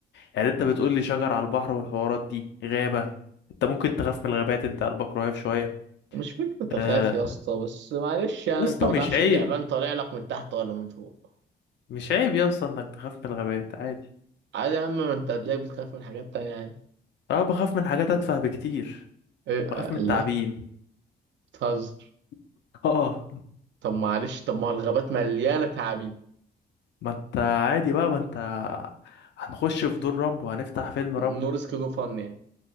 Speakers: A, on the left; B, on the right.
A: يعني انت بتقول لي شجر على البحر والحوارات دي غابه انت ممكن تخاف من الغابات انت قلبك رهيف شويه
B: مش فكرة أخاف
A: آه،
B: يا اسطى بس معلش يعني
A: يا اسطى
B: أنت ما
A: مش
B: تعرفش
A: عيب
B: التعبان طالع لك من تحت ولا من فوق
A: مش عيب يا اسطى انك تخاف من الغابات عادي
B: عادي يا أما ما أنت هتلاقيك بتخاف من حاجات تانية عادي
A: اه بخاف من حاجات اتفه بكتير
B: إيه
A: بخاف من
B: الله
A: التعابين
B: بتهزر
A: <laughs> اه
B: طب معلش طب ما هو الغابات مليانة تعابين
A: ما انت عادي بقى ما انت هنخش في دور رامبو هنفتح فيلم رامبو
B: نو ريسك نو فن يعني